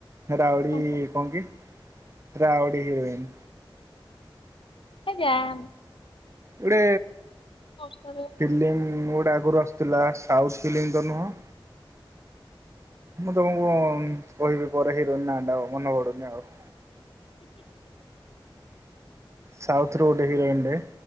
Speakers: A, on the right; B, on the left.
A: ରାଉଡି
B: କରିବି
A: କଣ କି ରାଉଡି ହିରୋଇନ୍
B: ଯା ମ।
A: ଗୋଟେ
B: ବର୍ଷାରେ
A: ଫିଲ୍ମ ଗୋଟେ ଆଗରୁ ଆସୁଥିଲା ସାଉଥ ଫିଲ୍ମ ତ ନୁହଁ? ମୁଁ ତମକୁ କହିବି ପରେ ହିରୋଇନ୍ ନାଁ ଟା ମନେ ପଡୁନି ଆଉ। ସାଉଥରୁ ଗୋଟେ ହିରୋଇନଟେ